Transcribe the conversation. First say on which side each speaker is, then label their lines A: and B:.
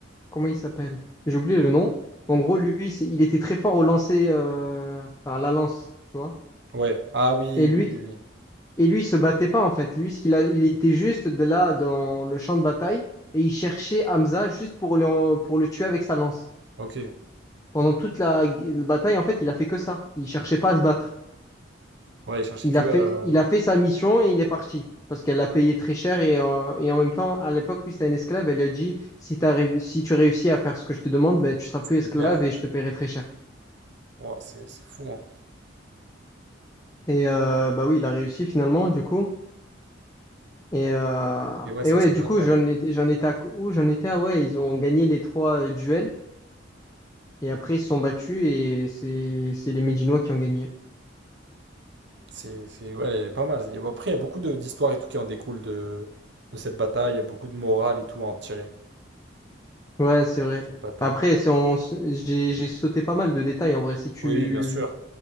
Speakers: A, on the left; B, on the right.
A: Comment il s'appelle? J'ai oublié le nom. En gros, lui, c'est- il était très fort au lancer... euh, Enfin, à la lance, tu vois.
B: ouais. Ah oui,
A: Et lui,
B: oui, oui. oui.
A: et lui, il se battait pas, en fait. Lui, ce qu'il a... il était juste de là, dans le champ de bataille, et il cherchait Hamza juste pour le, pour le tuer avec sa lance.
B: Ok.
A: Pendant toute la gu- bataille, en fait, il a fait que ça. Il cherchait pas à se battre.
B: Ouais, il cherchait
A: Il
B: que
A: a
B: euh,
A: fait, il a fait sa mission et il est parti. Parce qu'elle l'a payé très cher et, euh, et en même temps, à l'époque, lui, c'était un esclave. Elle lui a dit, si t'as réu- si tu réussis à faire ce que je te demande, ben, tu seras plus esclave
B: Libère.
A: et je te paierai très cher.
B: Ouah, c'est c'est fou, hein.
A: Et euh, bah oui, il a réussi finalement, du coup. Et, euh,
B: Et ouais,
A: et
B: ça,
A: ouais,
B: cette
A: du
B: bataille.
A: coup, j'en étais, j'en étais à où? J'en étais à, ouais, ils ont gagné les trois euh, duels. Et après, ils se sont battus et c'est, c'est les Médinois qui ont gagné.
B: C'est, c'est, ouais, elle est pas mal. Il y a- Après, il y a beaucoup de- d'histoires et tout qui en découlent de, de cette bataille. Il y a beaucoup de morale et tout à en tirer,
A: Ouais, c'est vrai.
B: cette bataille.
A: Après, si on s- j'ai, j'ai sauté pas mal de détails en vrai. Si tu
B: Oui, bien sûr.